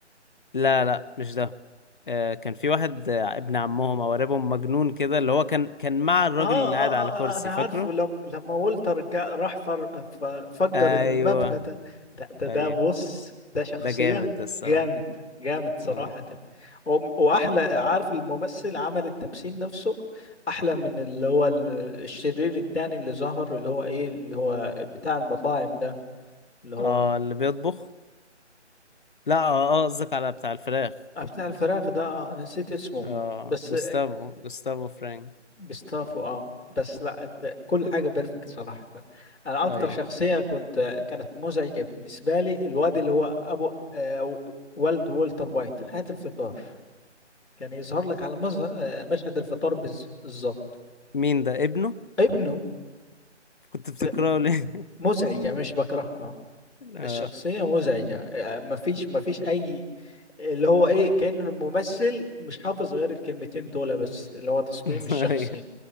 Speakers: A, on the left; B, on the left.
A: لا لا مش ده آه، كان في واحد آه، ابن عمهم او قريبهم مجنون كده اللي هو كان كان مع الراجل
B: آه, آه,
A: اللي قاعد على
B: آه,
A: كرسي
B: آه أنا
A: فاكره
B: عارفه لم لما والتر جا راح فر ف- فجر
A: ايوه
B: المبنى ده لا ده
A: ايوه
B: ده بص ده شخصية
A: ده جامد ده الصراحة
B: جامد جامد صراحة
A: اه
B: وم- وأحلى عارف الممثل عمل التمثيل نفسه أحلى من اللي هو ال- الشرير التاني اللي ظهر اللي هو إيه اللي هو بتاع المطاعم ده اللي هو
A: اه اللي بيطبخ لا اه آه، قصدك على بتاع الفراخ
B: بتاع الفراخ ده آه، أنا نسيت اسمه
A: اه
B: بس
A: جوستافو جوستافو فرانك
B: جستافو اه بس لا الت- كل حاجة بيرفكت صراحة انا اكتر
A: ايوه
B: شخصية كنت كانت مزعجة بالنسبة لي الواد اللي هو ابو آه والد والتر وايت هات الفطار كان يظهر لك على مظه- آه، مشهد الفطار بالز- بالظبط
A: مين ده ابنه
B: ابنه
A: كنت بتكرهه
B: ك-
A: ليه
B: مزعجة
A: <laughs>
B: مش بكرهها
A: اه
B: الشخصية مزعجة آه، مفيش مفيش اي اللي هو ايه كأن الممثل مش حافظ غير الكلمتين دول بس اللي هو تصميم
A: <laughs>
B: الشخصية
A: ايوه